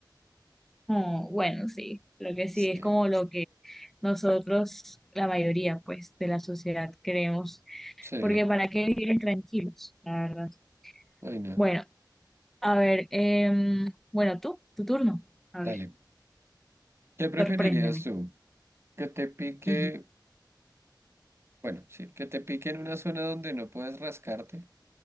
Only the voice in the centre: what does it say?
Oh, bueno, sí, Lo que sí,
es como lo que nosotros, la mayoría pues de la sociedad queremos,
porque ¿para qué vivir tranquilos? La verdad.
Bueno. A ver, em, bueno, tú, tu turno. A
ver,
sorpréndeme.
Ujú.